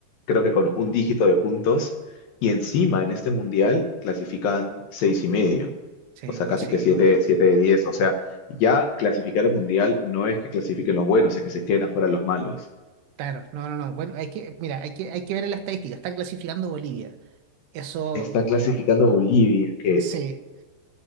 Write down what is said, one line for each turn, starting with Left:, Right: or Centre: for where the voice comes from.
Left: creo
Right: Sí.
Left: que con un dígito de puntos, y encima en este mundial clasifican seis y medio,
Right: Sí,
Left: o sea,
Right: no,
Left: casi
Right: sí,
Left: que siete,
Right: es una...
Left: siete de diez. O sea, ya clasificar al mundial no es que clasifiquen los buenos, es que se queden afuera los malos.
Right: Claro, no, no, no. Bueno, hay que, mira, hay que, hay que ver en la estadística. Está clasificando Bolivia. Eso,
Left: Está clasificando Bolivia, que
Right: sí.